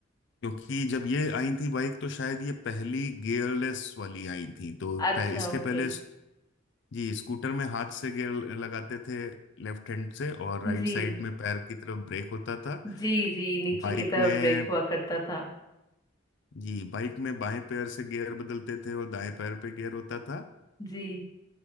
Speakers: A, on the left (about 65°); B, on the left (about 20°).
A: क्योंकि जब ये आई थी बाइक तो शायद ये पहली गियरलेस वाली आई थी तो
B: अच्छा
A: पह, इसके
B: ओके
A: पहले स- जी स्कूटर में हाथ से गियर लगाते थे लेफ्ट हैंड से और राइट
B: जी
A: साइड में पैर की तरफ ब्रेक होता था
B: जी जी नीचे
A: बाइक
B: की तरफ
A: में
B: ब्रेक हुआ करता था
A: जी बाइक में बाएं पैर से गियर बदलते थे और दाएं पैर पे गियर होता था
B: जी